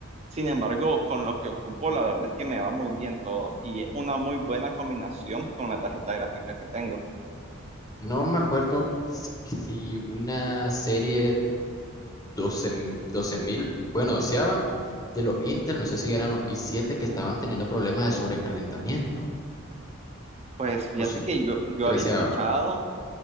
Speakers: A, on the right (about 30°); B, on the left (about 15°).
A: Sin embargo, con lo que ocupo, la verdad es que me va muy bien todo y es una muy buena combinación con la tarjeta gráfica que tengo.
B: No me acuerdo s- si una serie doce m- doce mil bueno, doceava, de los Intel, no sé si eran los i siete que estaban teniendo problemas de sobrecalentamiento.
A: Pues fíjate
B: O sí,
A: que yo, yo había
B: treceava.
A: escuchado